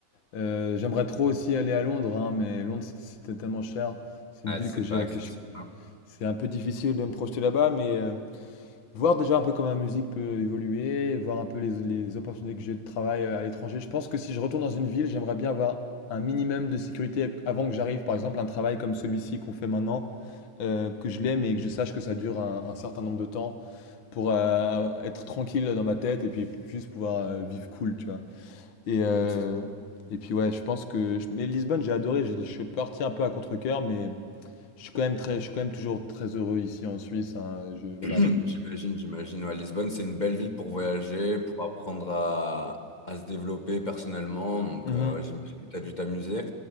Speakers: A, on the left; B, on the left.
A: Euh, j'aimerais trop aussi aller à Londres, hein, mais Londres, c'est- c'était tellement cher. C'est
B: Ah,
A: une ville
B: c'est
A: que j'ai,
B: pas accessible.
A: que je-
B: hein.
A: C'est un peu difficile de me projeter là-bas, mais euh, Voir déjà un peu comment ma musique peut évoluer, voir un peu les, les opportunités que j'ai de travail euh, à l'étranger. Je pense que si je retourne dans une ville, j'aimerais bien avoir un minimum de sécurité avant que j'arrive. Par exemple, un travail comme celui-ci qu'on fait maintenant, euh, que je l'aime et que je sache que ça dure un, un certain nombre de temps pour euh, être tranquille dans ma tête et puis juste pouvoir euh, vivre cool, tu vois. Et, euh,
B: C'est c'est
A: et puis ouais, je pense que... je- Mais Lisbonne, j'ai adoré, je, je suis parti un peu à contre-cœur, mais je suis quand même très, je suis quand même toujours très heureux ici en Suisse. hein, je, voilà.
B: <clears throat> J'imagine, j'imagine. Ouais, Lisbonne, c'est une belle ville pour voyager, pour apprendre à, à se développer personnellement. Donc,
A: Mhm.
B: euh, ouais, j'imagine que tu as dû t'amuser.